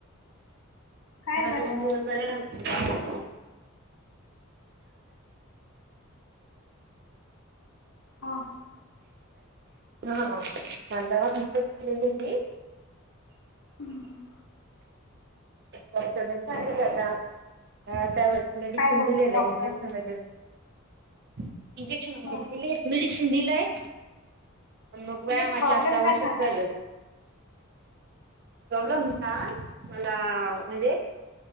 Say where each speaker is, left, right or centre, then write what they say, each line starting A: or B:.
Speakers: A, on the left; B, on the right.
A: काय
B: मला
A: झालं
B: दोन दिवस बर नव्हतं ना त्यामुळे
A: हां हां..
B: हा म्हण केलेली ती <inaudible>
A: हं हं....
B: डॉक्टरांनी सांगितला आता हा त्यावर मेडिसिन
A: काय बोलले
B: दिलेलं,
A: डॉक्टर
B: इंजेक्शन वगैरे इंजेक्शन वगैरे
A: हो
B: दिलेय, मेडिसिन दिलाय. पण मग व्यायामाची
A: नाही प्रॉब्लेम
B: असते आवश्यक
A: काय झाला
B: गरज प्रॉब्लेम का मला म्हणजे